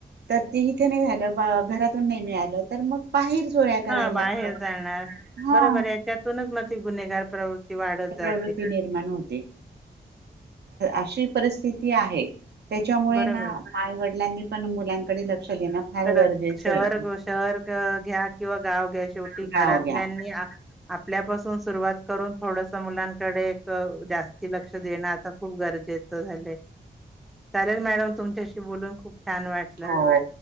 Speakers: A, on the right (about 60°); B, in the centre.
A: तर ते इथे नाही झालं घरातून नाही मिळालं तर मग बाहेर जोळ्या करायला
B: हा बाहेर
A: लागतात.
B: जाणार
A: हा
B: बरोबर आय त्यातूनच म ती गुन्हेगार प्रवृत्ती वाढत जा
A: प्रवृती निर्माण होते. अशी परिस्थिती आहे. त्याच्यामुळे
B: बरोबर
A: ना आईवडिलांनी पण मुलांकडे लक्ष देणं फार
B: खरंच
A: गरजेचं
B: शहर
A: ए.
B: शहर घ्या किंवा गाव घ्या शेवटी
A: घ्याव
B: घरातल्यानी
A: घ्या
B: आपल्यापासून सुरुवात करून थोडस मुलांकडे एक जास्ती लक्ष देणं आता खूप गरजेचं झालंय. चालेल मॅडम तुमच्याशी बोलून खूप छान वाट
A: हो